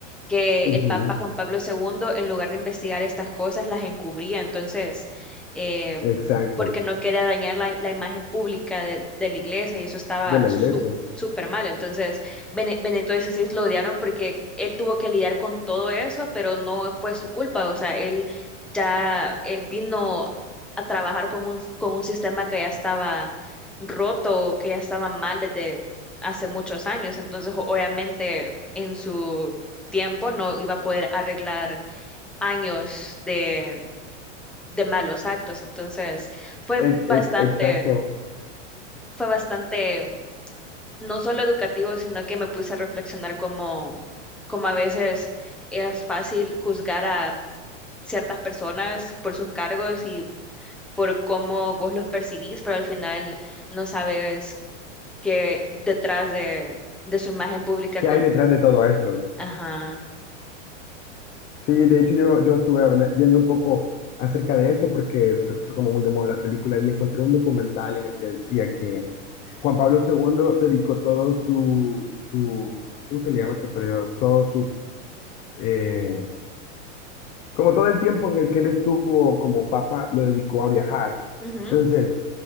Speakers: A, in the centre; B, on the left.
A: que
B: ujú,
A: el Papa Juan Pablo II, en lugar de investigar estas cosas, las encubría. Entonces, eh,
B: exacto,
A: porque no quería dañar la, la imagen pública de, de la iglesia y eso estaba
B: de la
A: su-
B: iglesia.
A: súper mal. Entonces, Bene- Benedicto XVI lo odiaron porque él tuvo que lidiar con todo eso, pero no fue su culpa. O sea, él ya, él vino a trabajar con un, con un sistema que ya estaba roto, que ya estaba mal desde hace muchos años. Entonces, o- obviamente, en su tiempo no iba a poder arreglar años de, de malos actos. Entonces fue
B: E-
A: bastante,
B: e- exacto.
A: fue bastante, no solo educativo, sino que me puse a reflexionar como, como a veces es fácil juzgar a ciertas personas por sus cargos y por cómo vos los percibís, pero al final no sabes qué detrás de, de su imagen pública
B: ¿Qué
A: con...
B: hay detrás de todo eso?
A: Ajá.
B: Sí, de hecho yo, yo estuve habla- viendo un poco acerca de eso porque se puso como muy de moda la película y encontré un documental en el que decía que Juan Pablo segundo dedicó todo su, su ¿cómo se le llama ese periodo? Todo su, eh, como todo el tiempo en el que él estuvo como papa, lo dedicó a viajar.
A: Ujú.
B: Entonces.